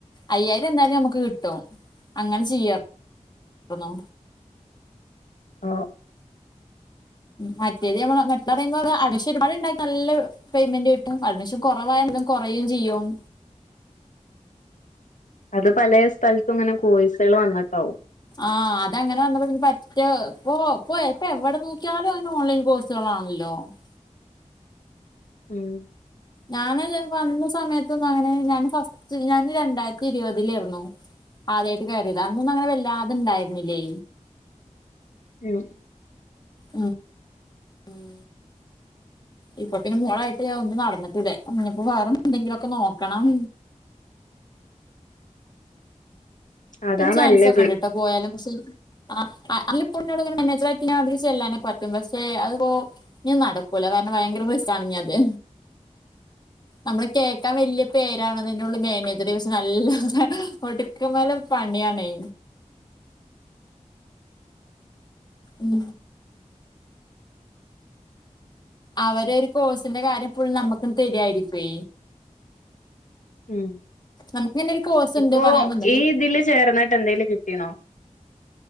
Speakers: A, on the left (about 35°); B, on the left (about 85°).
A: അയ്യായിരം എന്തായാലും നമുക്ക് കിട്ടും അങ്ങനെ ചെയ്യാം അണോ
B: ഓ
A: മറ്റേത് ഞമ്മള മറ്റ് <unintelligible> നല്ല പേയ്മെന്റ് കിട്ടും അഡ്മിഷൻ കുറവായ എന്തും കുറയും ചെയ്യും
B: അത് പല സ്ഥലത്തും ഇങ്ങനെ കോഴ്‌സകൾ വന്നിട്ടാവും
A: ആഹ് അതങ്ങനെ വന്ന പി പറ്റ ഇപ്പൊ ഇപ്പ എപ്പ എവിടെ നോക്കിയാലും ആന് ഓൺലൈൻ കോഴ് <unintelligible>
B: ഉം
A: ഞാന് വന്ന സമയത്തൊന്നങ്ങനെ ഞാന് ഫസ്റ്റ് ഞാൻ രണ്ടായിരത്തി ഇരുപതിലായിരുന്നു ആദ്യായിട്ട് കയറീതാ അന്നൊന്നും അങ്ങെ വല്ലാതണ്ടായിരുന്നില്ലേ
B: ഉം
A: ഉം ഉം ഇപ്പൊ പിന്നെ മോളായിട്ട് ഞാൻ ഒന്ന നടന്നിട്ടില്ലേ ഇനിപ്പോ വേറെ എന്തെങ്കിലൊക്കെ നോക്കണം
B: അതാ
A: ചാൻസ്
B: നല്ലത്
A: ഒക്കെണ്ട് ട്ടോ പോയാലും പക്ഷെ ആ ആ അല്ല് ഇപ്പോന്നോടിങ്ങനെ മാനേജറായിട്ട് <unintelligible> അവര് ചെല്ലാനെ പറ്റും പക്ഷെ അത്പ്പോ നി നടക്കൂല കാരണം ഭയങ്കര പ്ര <unintelligible> ആണ് ഇനിയത് നമ്മള് കേക്കാൻ വലിയ പേരാണെന്നനുള്ളി മേനജർ പക്ഷെ നല്ല ഒടുക്കമല പണ്ണിയാണേ ഉം അവരെ ഒരു കോഴ്സിന്റെ കാര്യം പുൾ നമുക്കും തരിായിരിക്കേ
B: ഉം
A: നമുക്കിങ്ങനെ ഒരു കോഴ്സ്
B: ഇപ്പോൊ
A: ഉണ്ട് പറയും വന്നത്
B: ഈ ഇതില് ചേർന്നിട്ട് എന്തേലും കിട്ടീണോ